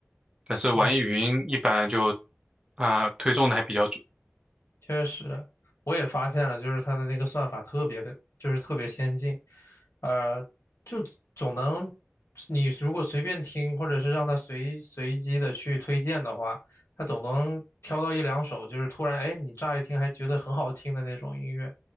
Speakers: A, on the right; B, on the left.
A: 但是网易云一般就
B: 嗯。
A: 啊、推送的还比较准。
B: 确实，我也发现了，就是它的那个算法特别的，就是特别先进，呃，就总能，你如果随便听，或者是让它随随机的去推荐的话，它总能挑到一两首，就是突然，哎，你乍一听还觉得很好听的那种音乐，